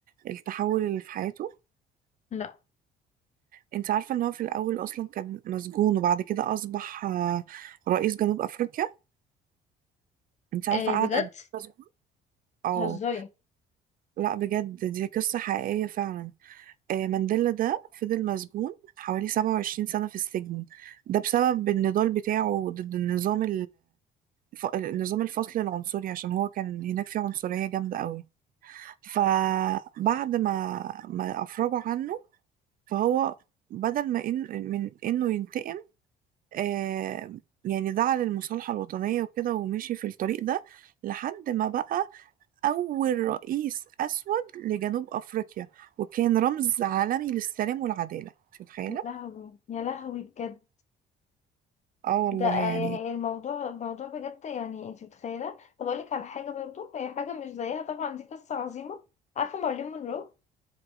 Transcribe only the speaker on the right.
التحول اللي في حياته
انت عارفة ان هو في الاول اصلا كان مسجون وبعد كده اصبح آه رئيس جنوب افريقيا انت عارفة
قعد
قد ايه مسجون او
لا بجد دي قصة حقيقية فعلا آه مانديلا ده فضل مسجون حوالي 27 سنة في السجن ده بسبب النضال بتاعه ضد النظام ف- نظام الفصل العنصري عشان هو كان هناك فيه عنصرية جامدة قوي فبعد ما ما أفرجوا عنه فهو بدل ما إن من إنه ينتقم آه يعني دعا للمصالحة الوطنية وكده ومشي في الطريق ده لحد ما بقى أول رئيس أسود لجنوب أفريقيا وكان رمز عالمي للسلام والعدالة مش متخيلة؟
اه والله
يعني